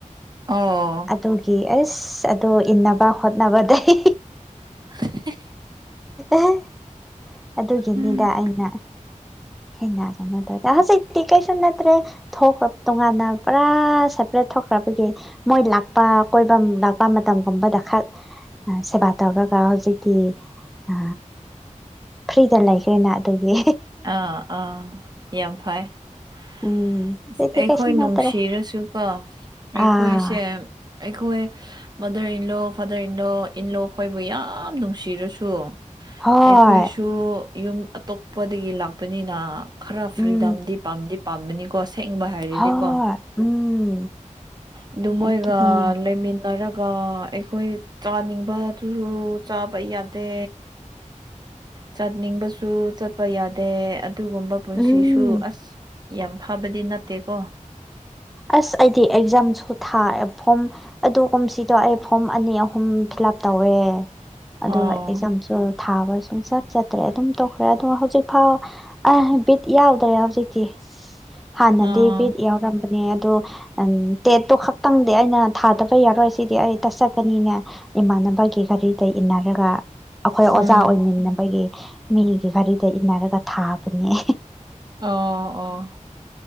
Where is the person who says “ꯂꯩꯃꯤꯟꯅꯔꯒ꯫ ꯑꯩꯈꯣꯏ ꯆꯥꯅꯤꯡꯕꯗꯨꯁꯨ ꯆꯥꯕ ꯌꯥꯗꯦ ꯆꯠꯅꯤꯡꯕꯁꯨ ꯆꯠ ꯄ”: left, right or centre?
Right